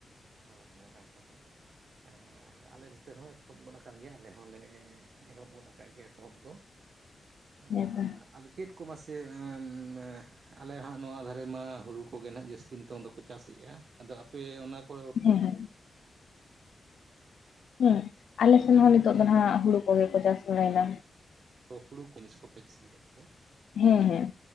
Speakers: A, on the right; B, on the left.
A: ᱦᱳᱭ ᱦᱳᱭ ᱦᱳᱭ ᱾ ᱦᱮᱸ ᱟᱞᱮ ᱱᱚᱛᱮ ᱦᱚᱸ ᱮᱛᱚᱦᱚᱵ ᱜᱚᱫ ᱟᱠᱟᱱ ᱜᱮᱭᱟ ᱟᱞᱮ ᱦᱚᱸᱞᱮ ᱮᱦᱚᱵ ᱜᱚᱫ ᱟᱠᱟᱫ ᱜᱮᱭᱟ ᱮᱛᱚᱦᱚᱵ ᱫᱚ ᱾
B: ᱦᱮᱸᱛᱚ
A: ᱦᱟᱸᱻ ᱟᱫᱚ ᱪᱮᱫ ᱠᱚ ᱢᱟᱥᱮ ᱮᱸᱻᱢ ᱟᱞᱮ ᱦᱟᱸᱜ ᱱᱚᱣᱟ ᱫᱷᱟᱨᱮ ᱢᱟ ᱦᱩᱲᱩ ᱠᱚᱜᱮ ᱱᱟᱦᱟᱜ ᱡᱟᱹᱥᱛᱤ ᱱᱤᱛᱚᱝ ᱫᱚᱠᱚ ᱪᱟᱥ ᱮᱫᱼᱟ ᱟᱫᱚ ᱟᱯᱮ ᱚᱱᱟ ᱠᱚ
B: ᱦᱮᱸ ᱦᱮᱸ ᱾ ᱦᱮᱸ ᱟᱞᱮ ᱥᱮᱱ ᱦᱚᱸ ᱱᱤᱛᱚᱜ ᱫᱚ ᱱᱟᱜ ᱦᱩᱲᱩ ᱠᱚᱜᱮ ᱠᱚ ᱪᱟᱥ ᱵᱟᱲᱟᱭ ᱮᱫᱟ ᱾
A: <unintelligible>
B: ᱦᱮᱸ ᱦᱮᱸ,